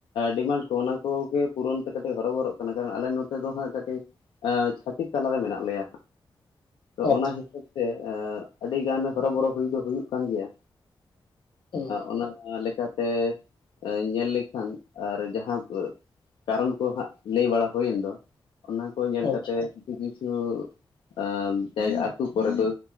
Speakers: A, on the left; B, on the left.
A: ᱰᱤᱢᱟᱱᱰ ᱠᱚ ᱚᱱᱟ ᱠᱚᱜᱮ ᱯᱩᱨᱚᱱ ᱛᱮ ᱠᱟᱹᱴᱤᱡ ᱦᱚᱨᱚᱵᱚᱨᱚᱜ ᱠᱟᱨᱚᱱ ᱟᱞᱮ ᱱᱚᱛᱮ ᱫᱚ ᱦᱟᱸᱜ ᱠᱟᱹᱴᱤᱡ ᱪᱷᱟᱛᱤᱠ ᱛᱟᱞᱟᱨᱮ ᱢᱮᱱᱟᱜ ᱞᱮᱭᱟ ᱛᱚ
B: ᱟᱪᱪᱷᱟ
A: ᱚᱱᱟ ᱦᱤᱥᱟᱹᱵ ᱛᱮ ᱟᱹᱰᱤᱜᱟᱱ ᱦᱚᱨᱚᱵᱚᱨᱚ ᱦᱩᱭ ᱫᱚ ᱦᱩᱭᱩᱜ ᱠᱟᱱ ᱜᱮᱭᱟ
B: ᱦᱩᱸ
A: ᱚᱱᱟ ᱞᱮᱠᱟᱛᱮ ᱧᱮᱞ ᱞᱮᱠᱷᱟᱱ ᱟᱨ ᱡᱟᱦᱟᱸ ᱠᱟᱨᱚᱱ ᱠᱚ ᱦᱟᱸᱜ ᱞᱟᱹᱭ ᱵᱟᱲᱟ ᱦᱩᱭᱮᱱ ᱫᱚ ᱚᱱᱟ ᱠᱚ ᱧᱮᱞ ᱠᱟᱛᱮᱜ
B: ᱟᱪᱪᱷᱟ
A: ᱠᱤᱪᱩ ᱠᱤᱪᱩ ᱟ ᱡᱟᱭᱜᱟ ᱟᱹᱛᱩ ᱠᱚᱨᱮ ᱫᱚ